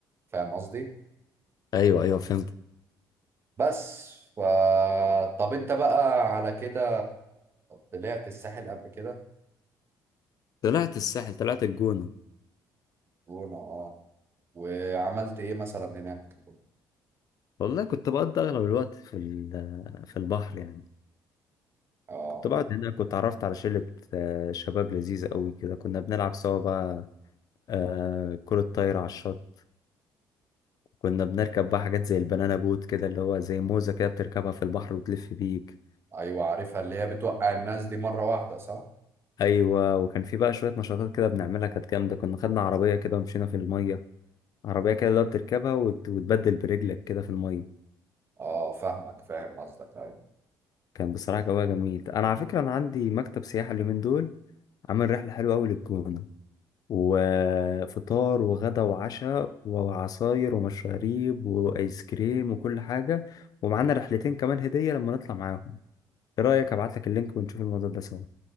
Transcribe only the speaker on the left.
ايوه ايوه فهمت
طلعت الساحل طلعت الجونة
والله كنت بقضي اغلب الوقت في ال- في البحر يعني
كنت بقعد هناك واتعرفت على شلة آه، شباب لذيذة قوي كده كنا بنلعب سوا بقى آه، كرة طايرة على الشط كنا بنركب بقى حاجات زي البنانا بوت كده اللي هو زي موزة كده بتركبها في البحر وتلف بيك
ايوه وكان في بقى شوية نشاطات كده بنعملها كانت جامدة كنا خدنا عربية كده ومشينا في المية عربية كده اللي هو بتركبها وت- وتبدل برجلك كده في المية
كان بصراحة جواها جميل أنا على فكرة أنا عندي مكتب سياحة اليومين دول عامل رحلة حلوة أوي للجونة وفطار وغدا وعشاء وعصاير ومشاريب وآيس كريم وكل حاجة ومعانا رحلتين كمان هدية لما نطلع معاهم إيه رأيك أبعتلك اللينك ونشوف الموضوع ده سوا